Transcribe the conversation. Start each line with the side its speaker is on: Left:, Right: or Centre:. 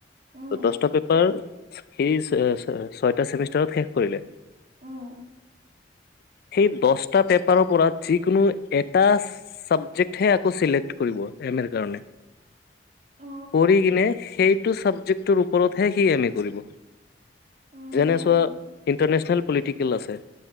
Right: উম
Left: ত', দছটা পেপাৰ, সি ছ-ছ-ছয়টা ছেমিষ্টাৰত শেষ কৰিলে।
Right: উম।
Left: সেই দছটা পেপাৰৰ পৰা যিকোনো এটাছ চাবজেক্টহে আকৌ চিলেক্ট কৰিব, এম এৰ কাৰণে।
Right: অ
Left: কৰিকিনে সেইটো চাবজেক্টৰ ওপৰতহে সি এম এ কৰিব।
Right: উম
Left: যেনে চোৱা ইণ্টাৰনেচনেল পলিটিকেল আছে,